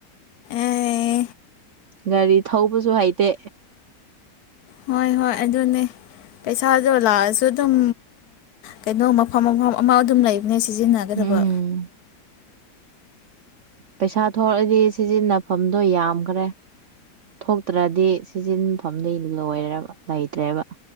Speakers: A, on the left; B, on the right.
A: ꯑꯦ
B: ꯒꯥꯔꯤ ꯊꯧꯕꯁꯨ ꯍꯩꯇꯦ
A: ꯍꯣꯏ ꯍꯣꯏ ꯑꯗꯨꯅꯦ ꯄꯩꯁꯥꯗꯣ ꯂꯥꯛꯑꯁꯨ ꯑꯗꯨꯝ ꯀꯩꯅꯣ ꯃꯐꯝ ꯃꯐꯝ ꯑꯃ ꯑꯗꯨꯝ ꯂꯩꯕꯅꯦ ꯁꯤꯖꯤꯟꯅꯒ ꯍꯥꯏꯒꯗꯕ
B: ꯎꯝ ꯄꯩꯁꯥ ꯊꯣꯛꯂꯛꯑꯗꯤ ꯁꯤꯖꯤꯟꯅꯐꯝꯗꯣ ꯌꯥꯝꯈ꯭ꯔꯦ ꯊꯣꯛꯇ꯭ꯔꯗꯤ ꯁꯤꯖꯤꯟꯐꯝꯗꯤ ꯂꯣꯏꯔꯦꯕ ꯂꯩꯇ꯭ꯔꯦꯕ